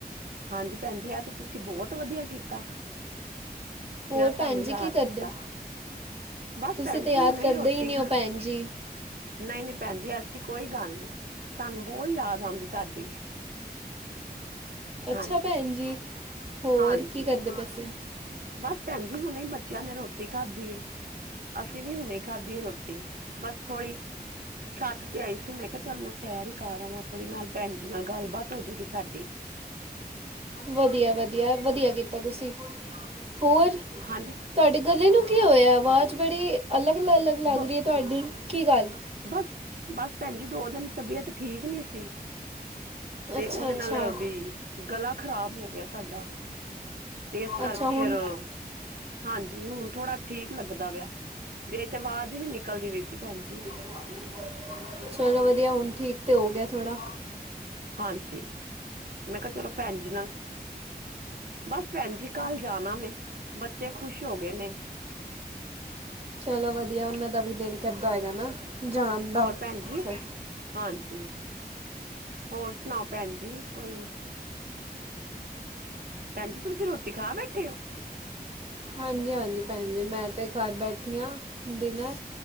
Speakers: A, on the right (about 65°); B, on the right (about 35°).
A: ਹਾਂਜੀ ਭੈਣਜੀ ਆ ਤੇ ਤੁਸੀਂ ਬਹੁਤ ਵਧੀਆ ਕੀਤਾ
B: ਹੋਰ
A: ਜਿਹੜਾ ਸਾਨੂੰ
B: ਭੈਣ ਜੀ
A: ਯਾਦ
B: ਕੀ ਕਰਦੇ
A: ਕੀਤਾ, ਬਸ
B: ਤੁਸੀਂ
A: ਭੈਣ
B: ਤਾਂ
A: ਜੀ
B: ਯਾਦ
A: ਹੁਣੇ
B: ਕਰਦੇ
A: ਹੀ ਰੋਟੀ
B: ਨਹੀਂ
A: ਖਾ,
B: ਹੋ ਭੈਣ ਜੀ
A: ਨਹੀਂ ਨਹੀਂ ਭੈਣ ਜੀ ਐਸੀ ਕੋਈ ਗੱਲ ਨੀ ਸਾਨੂੰ ਬਹੁਤ ਯਾਦ ਆਉਂਦੀ ਤੁਹਾਡੀ
B: ਅੱਛਾ
A: ਹਾਂਜੀ
B: ਭੈਣ ਜੀ ਹੋਰ
A: ਹਾਂਜੀ
B: ਕੀ ਕਰਦੇ ਤੁਸੀਂ
A: ਬਸ ਭੈਣ ਜੀ ਹੁਣੇ ਹੀ ਬੱਚਿਆਂ ਨੇ ਰੋਟੀ ਖਾਧੀ ਹੈ ਅਸੀਂ ਵੀ ਹੁਣੇ ਖਾਧੀ ਹੈ ਰੋਟੀ ਬਸ ਥੋੜ੍ਹੀ ਛੱਤ ਤੇ ਆਈ ਸੀ ਮੈਂ ਕਿਹਾ ਚੱਲ ਮੈਂ ਸੈਰ ਹੀ ਕਰਵਾਂ ਥੋੜ੍ਹੀ ਨਾਲ ਭੈਣ ਜੀ ਨਾਲ ਗੱਲਬਾਤ ਹੋਜਏਗੀ ਸਾਡੀ
B: ਵਧੀਆ ਵਧੀਆ, ਵਧੀਆ ਕੀਤਾ ਤੁਸੀਂ ਹੋਰ
A: ਹਾਂਜੀ
B: ਤੁਹਾਡੇ ਗੱਲੇ ਨੂੰ ਕੀ ਹੋਇਆ ਆਵਾਜ਼ ਬੜੀ ਅਲੱਗ ਅਲੱਗ ਲੱਗ
A: ਬ
B: ਰਹੀ ਹੈ ਤੁਹਾਡੀ ਕੀ ਗੱਲ
A: ਬਸ ਬਸ ਭੈਣ ਜ ਦੋ ਉਹ ਦਿਨ ਤਬੀਅਤ ਠੀਕ ਨੀ ਸੀ, ਤੇ
B: ਅੱਛਾ
A: ਉਹਦੇ
B: ਅੱਛਾ
A: ਨਾਲ ਵੀ ਗਲਾ ਖਰਾਬ ਗਿਆ ਸਾਡਾ ਤੇ ਇਸ ਕਰਕੇ
B: ਅੱਛਾ ਹੁਣ
A: ਫੇਰ, ਹਾਂਜੀ ਹੁਣ ਥੋੜਾ ਠੀਕ ਲੱਗਦਾ ਪਿਆ, ਨਹੀ ਤੇ ਆਵਾਜ਼ ਹੀ ਨੀ ਨਿਕਲਦੀ ਪਈ ਸੀ ਭੈਣ ਜੀ
B: ਚਲੋ ਚਲ ਵਧੀਆ ਹੁਣ ਠੀਕ ਤੇ ਹੋ ਗਿਆ ਥੋੜਾ
A: ਹਾਂਜੀ ਮੈਂ ਕਿਹਾ ਚਲੋ ਭੈਣ ਜੀ ਨਾਲ ਬਸ ਭੈਣ ਜੀ ਕੱਲ ਜਾਣਾ ਵੈਂ ਬੱਚੇ ਖ਼ੁਸ਼ ਹੋ ਗਏ ਨੇ
B: ਚਲੋ ਵਧੀਆ ਉਹਨਾਂ ਦਾ ਵੀ ਦਿਲ ਕਰਦਾ ਹੋਏਗਾ ਨਾ ਜਾਣ ਦਾ
A: ਹੋਰ ਭੈਣ ਜੀ
B: ਉੱਥੇ
A: ਹਾਂਜੀ ਹੋਰ ਸੁਣਾਓ ਭੈਣ ਜੀ ਕੋਈ ਭੈਣ ਜੀ ਤੁਸੀਂ ਰੋਟੀ ਖਾ ਬੈਠੇ ਹੋ
B: ਹਾਂਜੀ ਹਾਂਜੀ ਭੈਣ ਜੀ ਮੈਂ ਤੇ <unintelligible> ਠੀਆਂ ਡਿਨਰ